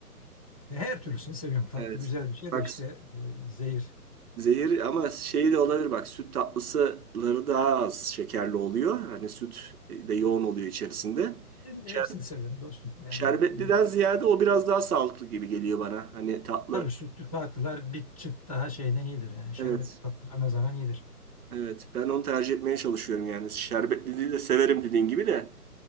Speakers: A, on the left (about 25°); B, on the right (about 65°).
A: E, Her türlüsünü seviyorum. Tatlı
B: Evet.
A: güzel bir şey
B: Bak
A: de işte e, zehir.
B: Zehir ama şey de olabilir bak süt tatlısıları daha az şekerli oluyor. Hani süt e, de yoğun oluyor içerisinde.
A: Bütün-
B: Şer-
A: Hepsini seviyorum dostum. Yani
B: şerbetliden
A: e,
B: ziyade o biraz daha sağlıklı gibi geliyor bana. Hani tatlı
A: tabii sütlü tatlılar bir çıt daha şeyden iyidir. Yani şerbetli
B: evet
A: tatlılar ne zaman iyidir.
B: evet ben onu tercih etmeye çalışıyorum yani. Şerbetliliği de severim dediğin gibi de.